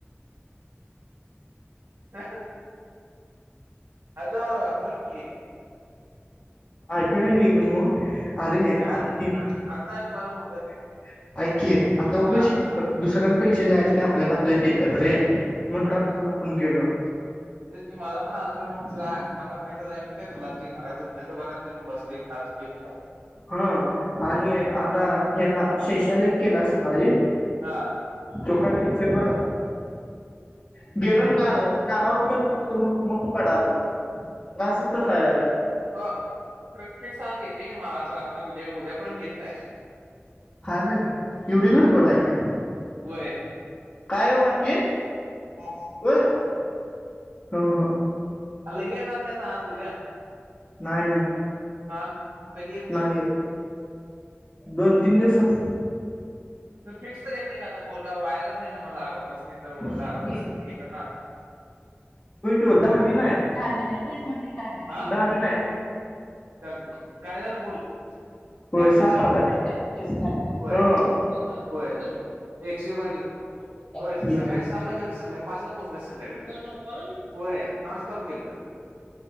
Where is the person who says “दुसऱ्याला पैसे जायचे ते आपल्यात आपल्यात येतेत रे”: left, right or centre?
Left